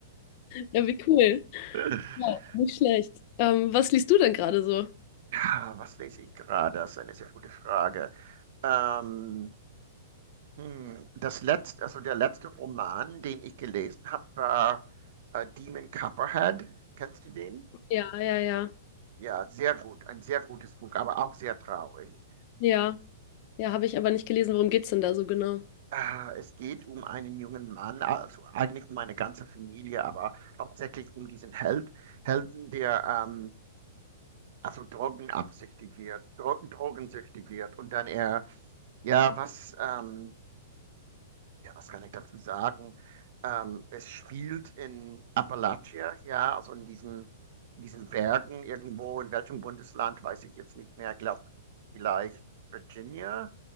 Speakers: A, on the left; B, on the right.
A: Ja, wie cool.
B: <laughs>
A: Ja, nicht schlecht. Ähm, was liest du denn gerade so?
B: Ja, Was lese ich gerade? Das ist eine sehr gute Frage. Ähm, hm, das letzte, also der letzte Roman, den ich gelesen habe, war äh, Demon Copperhead. Kennst du den?
A: Ja, ja, ja, ja.
B: Ja, sehr gut, ein sehr gutes Buch, aber auch sehr traurig.
A: Ja, ja, habe ich aber nicht gelesen. Worum geht's denn da so genau?
B: Äh, es geht um einen jungen Mann, also eigentlich um eine ganze Familie, aber hauptsächlich um diesen Held, Helden, der ähm, also drogenabsichtig wird, dro drogensüchtig wird. Und dann er, ja, was, ähm, ja, was kann ich dazu sagen? Ähm, es spielt in Appalachia, ja, also in diesen in diesen Bergen irgendwo, in welchem Bundesland, weiß ich jetzt nicht mehr, glaube vielleicht Virginia